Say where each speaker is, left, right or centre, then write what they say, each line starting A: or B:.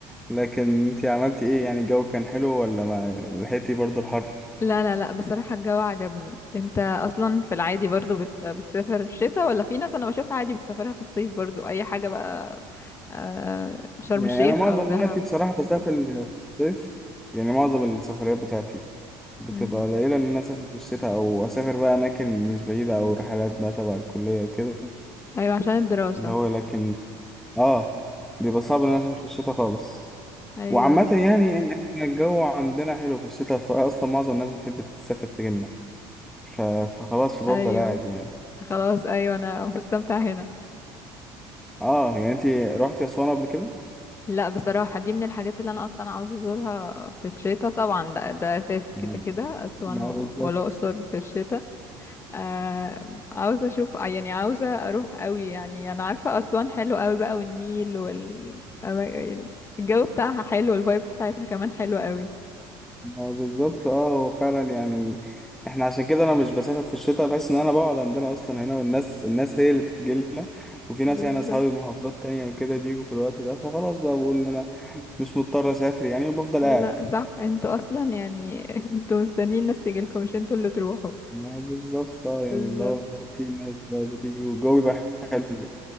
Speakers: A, in the centre; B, on the left (about 25°).
A: لكن انت عملتي ايه يعني الجو كان حلو ولا ما لحقتي برضو الحر
B: لا لا لا بصراحة الجو عجبني انت اصلا في العادي برضو بت... بتسافر شتاء ولا في ناس انا بشوفها عادي بتسافرها في الصيف برضو اي حاجة بقى آه شرم
A: يعني
B: الشيخ
A: انا معظم
B: او دهب
A: وقتي بصراحه بسافر في الصيف يعني معظم السفريات بتاعتي بتبقى
B: مم.
A: قليلة إن أنا أسافر في الشتاء أو أسافر بقى أماكن مش بعيدة أو رحلات بقى تبع الكلية وكده
B: ايوه عشان الدراسة
A: اللي هو لكن آه بيبقى صعب إن أنا أسافر في الشتاء خالص
B: ايوه
A: وعامة
B: بالظبط
A: يعني إحنا الجو عندنا حلو في الشتاء فأصلا معظم الناس بتحب تسافر تجيلنا ف... فخلاص فبفضل
B: ايوه
A: قاعد يعني
B: خلاص ايوه انا مستمتعه هنا
A: آه يعني أنتي روحتي أسوان قبل كده؟
B: لا بصراحه دي من الحاجات اللي انا اصلا عاوزه ازورها في الشتاء طبعا ده ده اساسي
A: ما
B: كده كده اسوان
A: ما
B: و-
A: بالظبط
B: والاقصر في الشتاء آه عاوزه اشوف يعني عاوزه اروح قوي يعني انا عارفه اسوان حلو قوي بقى والنيل وال أما- الجو بتاعها حلو والفايب بتاعتها كمان حلوه قوي
A: ما بالظبط اه هو فعلا يعني احنا عشان كده انا مش بسافر في الشتاء بحس ان انا بقعد عندنا اصلا هنا والناس الناس هي اللي بتجيلنا وفي
B: بالظبط
A: ناس يعني اصحابي محافظات تانية وكده بيجوا في الوقت ده فخلاص بقى بقول ان انا مش مضطر اسافر يعني وبفضل
B: لا
A: قاعد
B: صح انتوا اصلا يعني <laughs> انتوا مستنيين الناس تيجي لكم مش انتوا اللي تروحوا
A: ما بالظبط اه يعني
B: بالظبط
A: اللي هو في ناس بقى بتيجي والجو بيبقى حلو